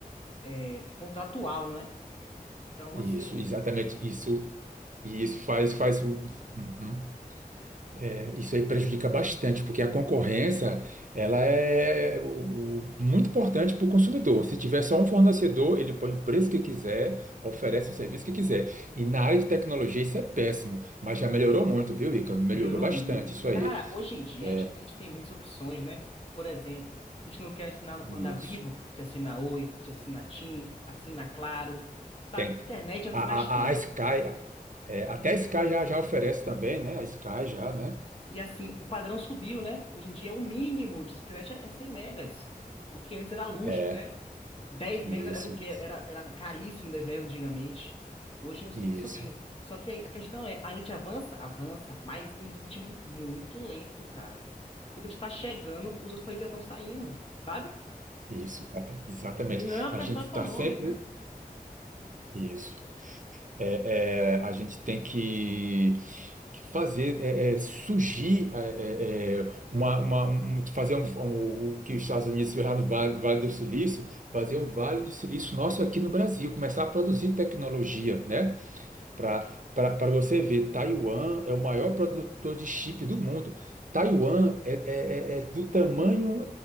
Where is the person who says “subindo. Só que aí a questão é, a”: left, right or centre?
Left